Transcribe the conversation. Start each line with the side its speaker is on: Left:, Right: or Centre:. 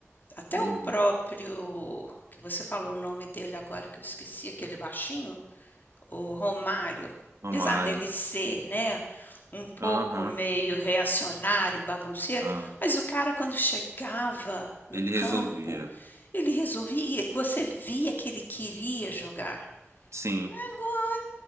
Left: até
Right: Uhum.
Left: o próprio, que você falou o nome dele agora que eu esqueci, aquele baixinho, o Romário, apesar
Right: O Mário.
Left: dele ser, né, um pouco
Right: Aham.
Left: meio reacionário, bagunceiro,
Right: ah,
Left: mas o cara quando chegava no
Right: Ele resolvia.
Left: campo, ele resolvia, você via que ele queria jogar.
Right: Sim.
Left: Agora,